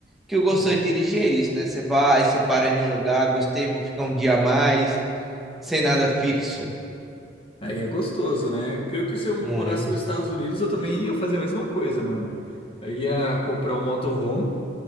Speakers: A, in the centre; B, on the left.
A: que eu gosto
B: Hum.
A: de dirigir é isso, né? Você vai, você para em um lugar, gostei, vou ficar um dia a mais, sem nada fixo.
B: Aí é gostoso, né? Creio que se eu morasse
A: Muito.
B: nos Estados Unidos, eu também ia fazer a mesma coisa, mano. Eu ia comprar um motorhome